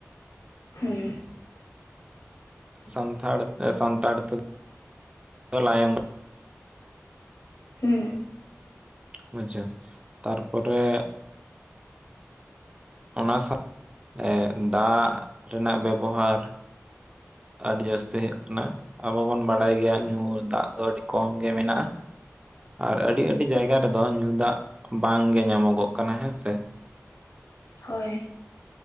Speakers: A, on the left; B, on the right.
A: ᱦᱮᱸ
B: ᱥᱟᱱᱛᱷᱟᱲ ᱛᱮ ᱥᱟᱱᱛᱟᱲ ᱛᱮᱫ ᱞᱟᱭᱚᱝ
A: ᱦᱩᱸ
B: ᱵᱩᱡᱷᱟᱹᱣ ᱛᱟᱨ ᱯᱚᱨᱮ ᱚᱱᱟ ᱥᱟᱛ ᱮ ᱫᱟᱜ ᱨᱮᱱᱟᱜ ᱵᱮᱵᱚᱦᱟᱨ ᱟᱹᱰᱤ ᱡᱟᱹᱥᱛᱤ ᱦᱩᱭᱩᱜ ᱠᱟᱱᱟ ᱟᱵᱚ ᱵᱚᱱ ᱵᱟᱲᱟᱭ ᱜᱮᱭᱟ ᱧᱩ ᱫᱟᱜ ᱫᱚ ᱟᱹᱰᱤ ᱠᱚᱢ ᱜᱮ ᱢᱮᱱᱟᱜᱼᱟ ᱟᱨ ᱟᱹᱰᱤ ᱟᱹᱰᱤ ᱡᱟᱭᱜᱟ ᱨᱮᱫᱚ ᱧᱩ ᱫᱟᱜ ᱵᱟᱝ ᱜᱮ ᱧᱟᱢᱚᱜᱚᱜ ᱠᱟᱱᱟ ᱦᱮᱸ ᱥᱮ <inaudible>
A: ᱦᱳᱭ